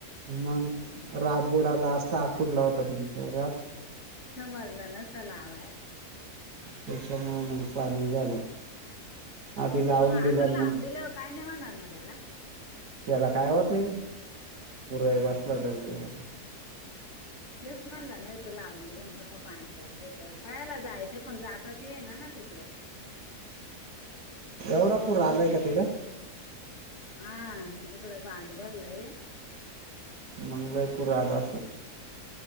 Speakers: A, on the right; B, on the left.
A: मग, राब बुडाला असता पुढला होता तुमचा राब
B: समजल नसल आव.
A: त्याच्यामुळे मग पाणी झालं. आधी लावून
B: पण आपण
A: दिला
B: लावून
A: मग
B: दिल्यावर काय नाय होणार ना त्याला.
A: त्याला काय होतय, पुरई बसला. <unintelligible>
B: तेच म्हणलं नाही तर लावून दिेलं फक पाणी बसाय, पहायला जायचे पण जाताच येईना ना तिकडं.
A: एवढा पूर
B: न
A: आलाय का तिकड?
B: हा इकड बांध भरलाय
A: मंग लय पूर आला असल.